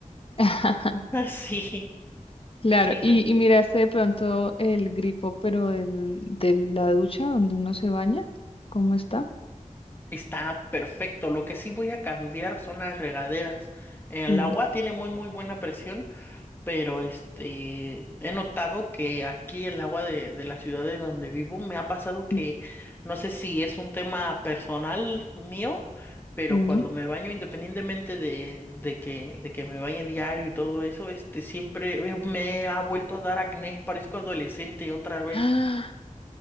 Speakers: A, on the left; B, on the left.
A: <laughs>
B: <laughs> Sí,
A: Claro,
B: sí,
A: y,
B: me desespera.
A: y miraste de pronto el grifo, pero del, de la ducha donde uno se baña, ¿cómo está?
B: Está perfecto. Lo que sí voy a cambiar son las regaderas. El
A: Sí,
B: agua tiene muy muy buena presión, pero este he notado que aquí el agua de, de la ciudad de donde vivo me ha pasado que
A: sí,
B: no sé si es un tema personal mío, pero
A: sí.
B: cuando me baño, independientemente de, de que, de que me bañe diario y todo eso, este siempre me ha vuelto a dar acné, parezco adolescente otra vez.
A: <gasps> ¡Ah!